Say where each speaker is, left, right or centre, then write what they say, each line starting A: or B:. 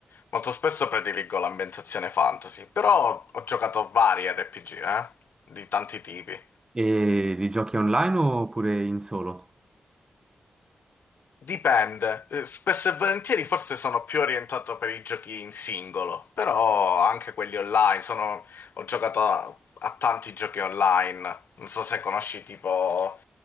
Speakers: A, on the left (about 80°); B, on the right (about 20°).
A: Molto spesso prediligo l'ambientazione fantasy, però ho giocato vari RPG, eh, di tanti tipi.
B: E li giochi online oppure in solo?
A: Dipende, Eh, spesso e volentieri forse sono più orientato per i giochi in singolo, però anche quelli online, sono- ho giocato a, a tanti giochi online, non so se conosci tipo